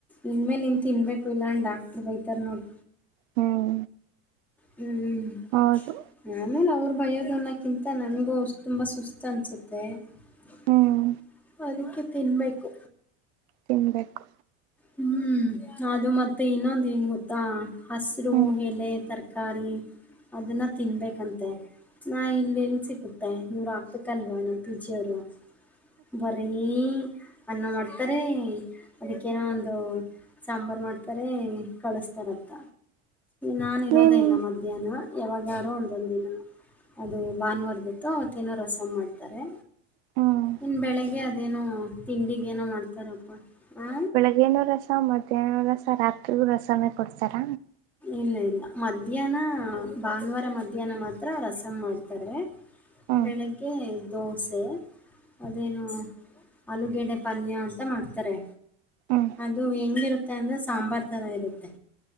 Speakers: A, in the centre; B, on the right.
A: ಇನ್ಮೇಲೆ ನೀನ್ ತಿನ್ಬೇಕು ಇಲ್ಲ ಅಂದ್ರ ಡಾಕ್ಟರ್ ಬೈತರ್ ನೋಡ್.
B: ಹ್ಮ್
A: ಹ್ಮ್
B: ಹೌದು
A: <unintelligible> ನಮೇಲೆ ಅವರು ಭಯೋದನ್ನಕ್ಕಿಂತ ನನಗೂ ತುಂಬ ಸುಸ್ತು ಅನ್ಸುತ್ತೆ <unintelligible>
B: ಹ್ಮ್
A: ಅದಕ್ಕೆ ತಿನ್ಬೇಕು.
B: ತಿನ್ಬೇಕು
A: ಹ್ಮ್ ಅದು ಮತ್ತೆ ಇನ್ನೊಂದು ಏನ್ ಗೊತ್ತಾ ಹಸರು
B: ಹ್ಮ್
A: ಎಲೆ ತರಕಾರಿ ಅದನ್ನ ತಿನ್ಬೇಕಂತೆ ನಾ ಇಲ್ಲೆಲ್ಲಿ ಸಿಗುತ್ತೆ ಇವ್ರು ಆಕ್ಬೇಕಲ್ವಾ ನಮ್ ಪಿಜಿಯವರು. ಬರೀ ಅನ್ನ ಮಾಡ್ತಾರೆ ಅದಕ್ ಏನೋ ಒಂದು ಸಾಂಬಾರು ಮಾಡ್ತಾರೆ ಕಳಸತರತ್ತ. ನಾನ್ ಇರೋದೇ
B: ನಿಮ್
A: ಇಲ್ಲ ಮಧ್ಯಾಹ್ನ ಯಾವಾಗಾರೋ ಒಂದೊಂದ ದಿನ. ಅದು ಭಾನುವಾರದತ್ತು ಅವತ್ತೇನೋ ರಸಂ ಮಾಡ್ತಾರೆ.
B: ಹ್ಮ್
A: ಇನ್ ಬೆಳಿಗ್ಗೆ ಅದೇನೋ ತಿಂಡಿಗೆನೋ ಮಾಡ್ತಾರಪ್ಪ ಹ
B: ಗುನು ರಸಂ ಮಧ್ಯಾಹ್ನ ರಸಂ ರಾತ್ರಿ ರಸಂ ಮೇ ಕೊಡ್ತರ
A: ಇಲ್ಲ, ಇಲ್ಲ. ಮಧ್ಯಾಹ್ನ ಭಾನುವಾರ ಮಧ್ಯಾಹ್ನ ಮಾತ್ರ ರಸಂ ಮಾಡ್ತಾರೆ
B: ಹ್ಮ್
A: ಬೆಳಗ್ಗೆ ದೋಸೆ ಅದೇನು ಆಲೂಗೆಡೆ ಪಲ್ಯ ಅಂತ ಮಾಡ್ತಾರೆ
B: ಹ್ಮ್
A: ಅದು ಹೆಂಗಿರುತ್ತೆ ಅಂದ್ರೆ ಸಾಂಬಾರು ತರ ಇರುತ್ತೆ.